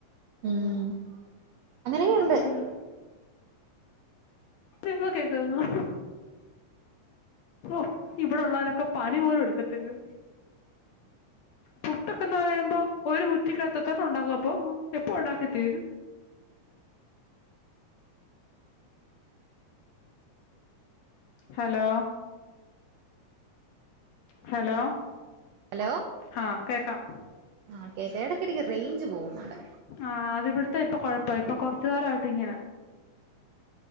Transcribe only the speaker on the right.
ഉം അങ്ങനെയൊക്കെ
ഉണ്ട്
ഹലോ
ആഹ് കേക്ക എടക്കെടക്ക് റേഞ്ച് പോവ്ന്നുണ്ട്